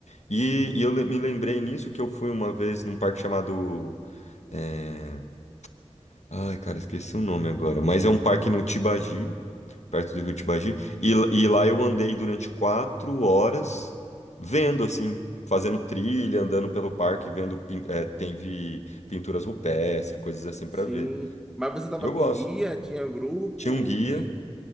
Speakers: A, on the left; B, in the centre.
A: E, e eu le- me lembrei nisso que eu fui uma vez num parque chamado é, Ai, cara, esqueci o nome agora. Mas é um parque no Tibagi, perto do Rio Tibagi. E, e lá eu andei durante quatro horas vendo, assim, fazendo trilha, andando pelo parque, vendo, pin- eh, teve pinturas rupestres, coisas assim pra
B: Sim.
A: ver.
B: Mas você estava
A: E eu
B: com
A: gosto.
B: guia, tinha grupo,
A: Tinha um guia,
B: tem.